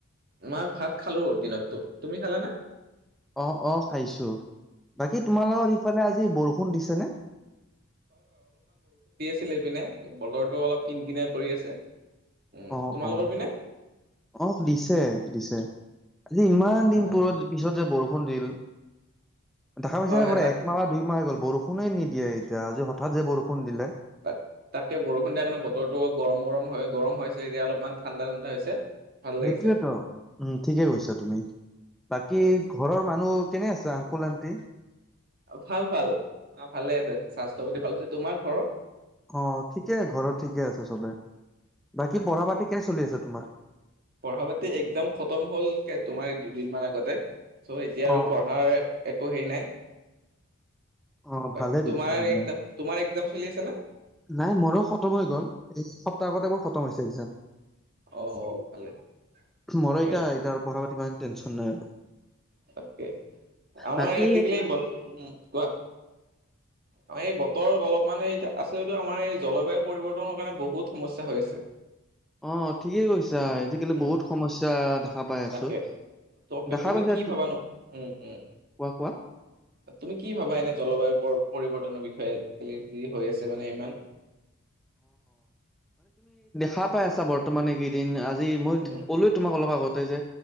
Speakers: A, on the right (about 45°); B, in the centre.
A: মই ভাত খালো দিনততো তুমি খালানে
B: অ অ খাইছো বাকী তোমালোকৰ সিফালে আজি বৰষুণ দিছে নে
A: ফিলি পিনে বতৰটো অলপ কিনকিনাই কৰি আছে উম
B: অ
A: তোমালোকৰ
B: অ
A: পিনে
B: অ দিছে দিছে আজি ইমান দিন
A: হয়
B: পুৰত পিছত যে বৰষুণ বৰষুণ দিল দেখা পাইছা নে
A: হয়
B: পোৱা
A: তাক
B: একমাহ বা দুইমাহ হৈ গ'ল বৰষুণ বৰষুণে নিদিয়ে এতিয়া আজি হঠাৎ যে বৰষুণ দিলে
A: তাত তাকে বৰষুণ দিয়া কাৰণে বতৰটো অ গৰম গৰম হৈ গৰম হৈছে এতিয়া অলপমান ঠাণ্ডা ঠাণ্ডা হৈছে ভাল
B: সেইটোয়েতো
A: লাগিছে
B: উম ঠিকে কৈছা তুমি বাকী
A: আচ্ছা।
B: ঘৰৰ মানুহ কেনে আছে আংকুল আণ্টি
A: ভাল ভাল অ ভালে আছে স্বাস্থ্য পাতি ভাল আছে তোমাৰ ঘৰৰ
B: অ', ঠিকে ঘৰত ঠিকে আছে চবে বাকী
A: আচ্ছা
B: পঢ়া পাতি কেনে চলি আছে তোমাৰ
A: পঢ়া পাতি এক্জাম খতম হ'লগে তোমাৰ দুদিন মান আগতে ছ' এতিয়া
B: অ
A: আৰু পঢ়াৰ
B: অ
A: একো হেৰি নাই
B: অ ভালে
A: বাকি
B: তেতিয়াহ'লে।
A: তোমাৰ এক্জাম তোমাৰ এক্জাম চলি আছে নে
B: নাই মোৰো খতম হৈ গ'ল এই সপ্তাহ আগতে মোৰ খতম হৈছে এক্জাম
A: অ ভালে তাকে
B: মোৰ এতিয়া এটা পঢ়া পাতি ইমান টেনচন নাই আৰু
A: তাকে আমাৰ
B: বাকী
A: আজিকালি বাৰিষা উম কোৱা
B: <inaudible>
A: আমাৰ এই বতৰ অলপমানানে এতিয়া আছে যদি আমাৰ এই জলবায়ু পৰিৱৰ্তনৰ কাৰণে বহুত সমস্যা হৈ আছে
B: অ ঠিকে কৈছা আজিকালি
A: উম
B: বহুত সমস্যা দেখা পাই আছো।
A: তাকে ত
B: দেখা
A: তুমি
B: পাইছা
A: কি
B: তো
A: ভাবানো উম উম
B: কোৱা কোৱা?
A: তুমি কি ভাবা এনে জলবায়ু ওপৰত পৰিৱৰ্তনৰ বিষয়ে আজিকালি যি হৈ আছে মানে ইমান
B: হা পাই আছা বৰ্তমানে কেইদিন আজি মই
A: উম
B: কলোই তোমাক অলপ আগতে যে